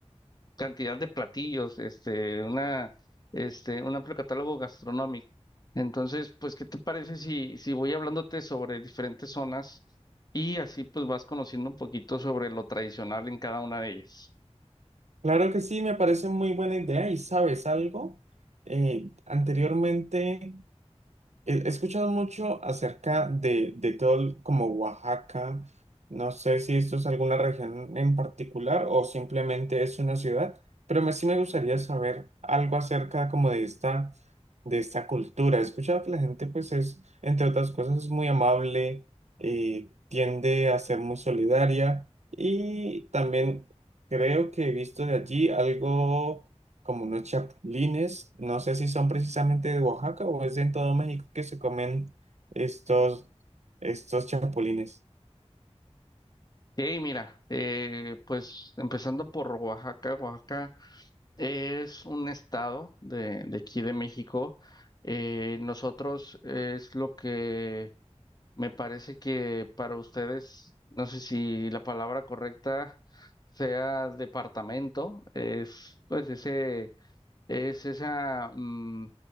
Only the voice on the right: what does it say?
Claro que sí, me parece muy buena idea y sabes algo, Eh, anteriormente... He he escuchado mucho acerca de, de todo el- como Oaxaca. No sé si esto es alguna región en particular o simplemente es una ciudad, pero me, sí me gustaría saber algo acerca como de esta, de esta cultura. He escuchado que la gente pues es, entre otras cosas, es muy amable, eh, tiende a ser muy solidaria y también creo que he visto de allí algo como unos chapulines, no sé si son precisamente de Oaxaca o es de en todo México que se comen estos, estos chapulines.